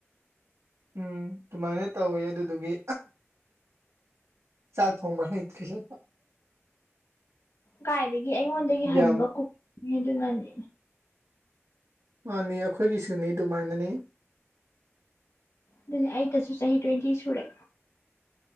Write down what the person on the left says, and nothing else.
ꯀꯥꯏꯗꯒꯤ ꯑꯩꯉꯣꯟꯗꯒꯤ ꯍꯟꯕ
ꯀꯨꯛ ꯅꯤ ꯑꯗꯨꯅꯅꯤ
ꯑꯗꯨꯅꯦ ꯑꯩꯇꯁꯨ ꯆꯍꯤ ꯇ꯭ꯋꯦꯟꯇꯤ ꯁꯨꯔꯦ